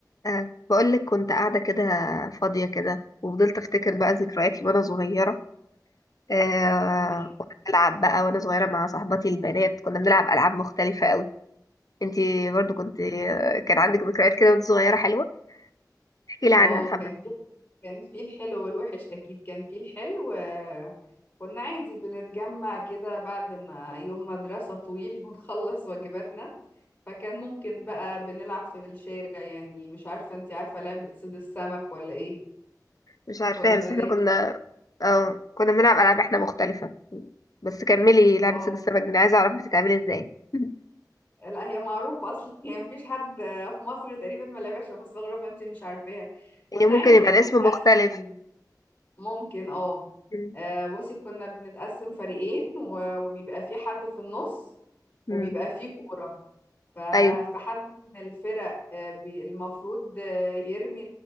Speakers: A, on the left; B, on the left.
A: أه بقول لك كنت قاعدة كده فاضية كده وفضلت أفتكر بقى ذكرياتي وأنا صغيرة أه
B: عمر
A: وأنا بلعب بقى وأنا صغيرة مع صاحباتي البنات كنا بنلعب ألعاب مختلفة قوي انتي برضو كنت آه، كان عندك ذكريات كده وانت صغيرة حلوة احكي لي
B: اه
A: عنها حبة
B: كان في كان في الحلو والوحش اكيد كان في الحلو آه، كنا عادي بنتجمع كده بعد ما يوم مدرسة طويل <laughs> ونخلص واجباتنا فكان ممكن بقى بنلعب في الشارع يعني مش عارفة انتي عارفة لعبة صيد السمك ولا ايه
A: مش عارفاها
B: كنا
A: بس احنا
B: دايما
A: كنا اه كنا بنلعب ألعاب احنا مختلفة بس كملي لعبة
B: اه
A: صيد السمك دي أنا عايزة أعرف بتتعمل ازاي <laughs>
B: لا هي معروفة اصلا <laughs> يعني مفيش حد في مصر تقريبا ما لعبهاش أنا مستغربة انتي مش عارفاها كنا
A: هي ممكن
B: عادي
A: يبقى
B: بنتقسم
A: الاسم مختلف
B: ممكن اه
A: مم.
B: آه، بصي كنا بنتقسم فريقين و- وبيبقى في حد في النص
A: مم.
B: وبيبقى في كورة ف-
A: أيوه
B: فحد من الفرق آه، بي- المفروض آه، يرمي